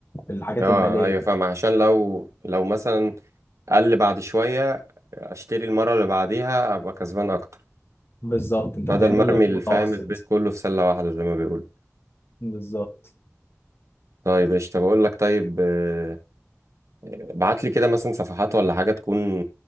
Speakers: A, on the left; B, on the right.
A: في الحاجات
B: اه
A: الماليه
B: ايوه
A: دي.
B: فاهم عشان لو لو مثلا قل بعد شوية اشتري المرة اللي بعديها ابقى كسبان اكتر
A: بالظبط انت
B: بدل
A: بتعمل
B: ما ارمي
A: لك
B: الفاهم
A: متوسط
B: البيت كله في سلة واحدة زي ما بيقول
A: بالظبط
B: طيب قشطة بقول لك طيب آه، ابعت لي كده مثلا صفحات ولا حاجة تكون